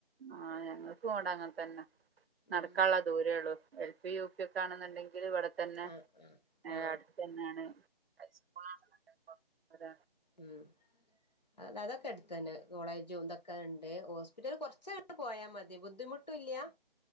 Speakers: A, on the right; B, on the left.
A: ആ ഞങ്ങക്കും ഓടങ്ങൻ തന്നെ നടക്കാനുള്ള
B: ഉം
A: ദൂരേ ഒള്ളു എൽപി, യു പി, യാണ്ന്നുണ്ടെങ്കില് ഇവിടെ തന്നെ
B: ആ ആ ആ
A: അട്ത്തെനെണ് ഹൈസ്കൂളണ്ന്ന്ണ്ടെങ്കി കൊർച്ചും പാടെ
B: ഉം അ അതൊക്കെ എട്ത്തന്നെ കോളേജും ഇതൊക്കെ ഇണ്ട് ഹോസ്പിറ്റല് കൊർച്ചങ്ങട്ട് പോയാ മതി ബുദ്ധിമുട്ടും ഇല്ല